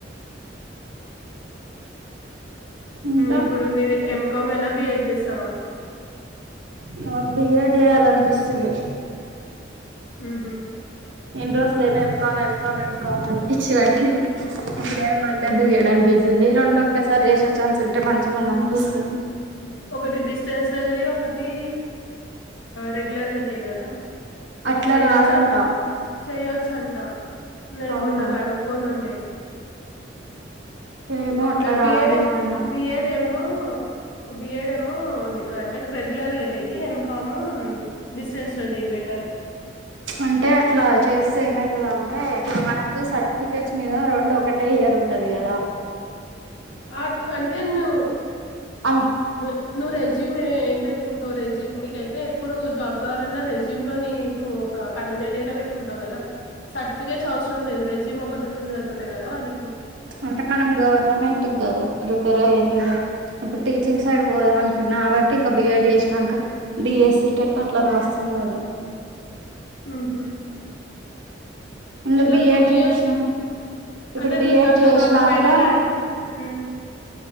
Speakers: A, on the right; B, on the left.
A: ఇంకా
B: ఇప్పుడు మీది ఎంకామేనా బిఎడ్ చేస్సవా
A: జాబ్ డియ్యాడ్ జెయ్యాలన్పిస్తుంది
B: ఉహు
A: ఇన్రోజులెమో ఎంకాం ఎంకాం ఎంకాం అనిపిచ్చివట్టింది ఇప్పుడేమో మళ్ళ బి యడ్ అన్పిసుంది రెండు ఒకేసారి చేసే ఛాన్స్ ఉంటే మంచిగుండిన్పిసుంది
B: ఒకటి డిస్టెన్స్ లో చేయి ఒకటి రెగ్యులర్గా చెయ్ కదా
A: అట్లా
B: చెయొచ్చ
A: రాదంట
B: చెయొచ్చంట నేను
A: అవునా
B: మొన్నగనుక్కొనిండే
A: ఏమో
B: ఒక
A: అట్లా
B: బి
A: రాదు
B: యడ్
A: అన్నారు
B: బి యడ్ ఏమో బి ఎడ్ ఏమో అంటే రెగ్యులర్గా చెయ్యి ఎంకాము డిస్టెన్స్ లో చేయ్ బెట్టరు
A: అంటే అట్లా చేస్తే ఏమైతదంటే ఇప్పుడు మనకి సర్టిఫికెట్స్ మీద రెండు ఒక టై ఇయర్ ఉంటది కదా
B: ఆర్ట్ అంటే ను
A: అన్
B: ను నువ్ రెజ్యూమే ఏం పెట్టుకుంటవ్ రెస్యు నీకైతే ఎప్పుడు జాబ్ కావాలన్నా రెస్యుమ్ లో నీ కు ఒక కన్వీనియంట్ గనే పెట్టుకుంటావు కదా సర్టిఫికేట్స్ ఔస్రం లేదు రెస్యూమ్ ఒకటి ఉంటే సరిపోతై కదా ఆళ్ళకి
A: అంటే మనం గవర్నమెంట్ కదా ప్రిపేర్ అయ్యేది ఇంకా ఇప్పుడు టీచింగ్ సైడ్ వోదాం అనుకుట్న కాబట్టి ఇంకా బిఎడ్ చేస్నంక డి ఎస్సి టెట్ అట్లా రాస్తాం కదా
B: అహ
A: ఇంగ
B: ఇట్లా
A: బిఎడ్
B: టూ
A: చేసినా
B: ఇయర్స్
A: ఇప్పుడు
B: అంటే
A: బిఎడ్
B: నీకట్లా
A: చేసినాక
B: కాకపోయినా గానీ మ్మ్